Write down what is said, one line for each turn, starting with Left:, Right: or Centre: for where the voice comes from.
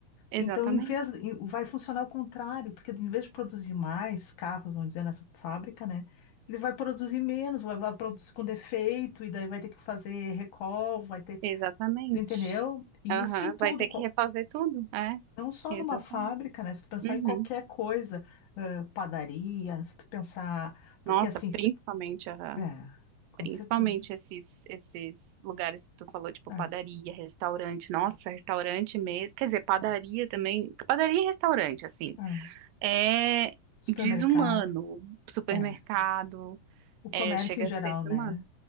Right: exatamente.
Left: Então, em vez, em- vai funcionar o contrário, porque em vez de produzir mais carros, vamos dizer, nessa fábrica, né? Ele vai produzir menos, vai, vai produzir com defeito, e daí vai ter que fazer recall, vai ter.
Right: Exatamente.
Left: Tu entendeu? E
Right: Aham,
Left: isso em tudo,
Right: Vai ter
Left: qual-
Right: que refazer tudo, é.
Left: não só
Right: Exatamente.
Left: numa fábrica, né? Se tu pensar
Right: Uhum.
Left: em qualquer coisa, eh, padaria, se tu pensar. Porque
Right: Nossa,
Left: assim.
Right: principalmente, aham.
Left: É, com
Right: Principalmente
Left: certeza.
Right: esses, esses lugares que tu falou, tipo
Left: É,
Right: padaria, restaurante. Nossa, restaurante mesmo. Quer dizer, padaria
Left: é.
Right: também. Padaria e restaurante, assim.
Left: É,
Right: É
Left: supermercado,
Right: desumano. Supermercado,
Left: é. O comércio
Right: é, chega
Left: em geral,
Right: a ser desumano.
Left: né?